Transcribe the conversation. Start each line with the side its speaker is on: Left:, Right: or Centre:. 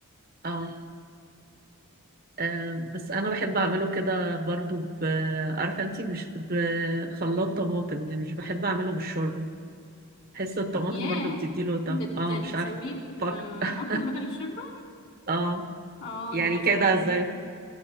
Right: اه آه، بس انا بحب اعمله كده برضو ب- عارفه انتي بش... بخلاط طماطم يعني مش بحب اعمله بالشوربه بحس الطماطم
Left: ياه
Right: برضو بتديله طعم
Left: بت...
Right: اه
Left: بتسويه
Right: مش عارفه
Left: بت-
Right: فك
Left: بطماطم
Right: <laughs>
Left: بدل الشوربة
Right: اه
Left: اه
Right: يعني
Left: دي حاجة
Right: كده
Left: جديدة
Right: زي
Left: دي